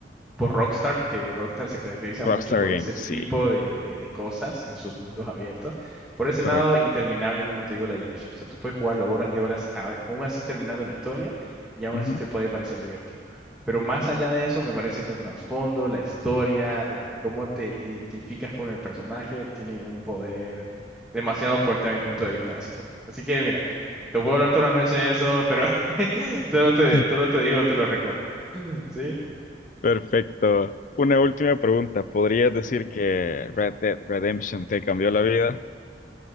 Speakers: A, in the centre; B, on the left.
A: por Rockstar, que Rockstar se caracteriza
B: Rockstar
A: mucho por
B: Games,
A: ese tipo
B: sí.
A: de, de- de cosas en sus mundos abiertos. Por ese
B: Correcto.
A: lado, interminable, como te digo, la diversión. O sea, tú puedes jugarlo horas de horas, a- aún así terminando la historia, y aún
B: Ujú.
A: así te puede parecer divertido. Pero más allá de eso, me parece que el trasfondo, la historia, el cómo te identificas con el personaje, tiene un poder demasiado fuerte a mi punto de vista de ese juego. Así que mira, te puedo hablar toda la noche de eso, pero <laughs> solo te,
B: <laughs>
A: solo te digo, te lo recomiendo. <laughs> ¿Sí?
B: Perfecto. Una última pregunta. ¿Podrías
A: Sí.
B: decir que Red Dead Redemption te cambió la vida?